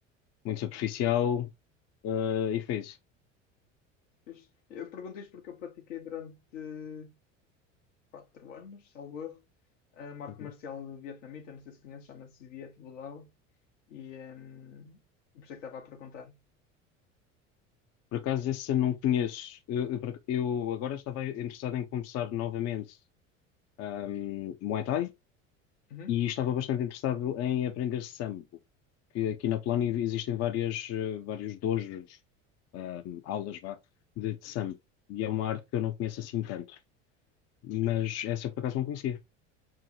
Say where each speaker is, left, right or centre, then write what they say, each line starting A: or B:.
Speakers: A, on the left (about 40°); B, on the left (about 75°).
A: muito superficial, eh, e foi isso.
B: fixe. Eu pergunto isto porque eu pratiquei durante quatro anos, salvo erro. Uh, uma arte
A: Uhum.
B: marcial vietnamita, não sei se conheces, chama-se Viet Vo Dao. E, um, e por isso é que estava a perguntar.
A: Por acaso esse eu não conheço. Eu, eu por eu agora estava interessado em começar novamente ahm, Muay Thai
B: Uhum.
A: e estava bastante interessado em aprender Sambo, que aqui na Polónia existem várias, eh, vários dojos, ahm, aulas vá, de, de Sambo. E é uma arte que eu não conheço assim tanto. Mas essa eu por acaso não conhecia.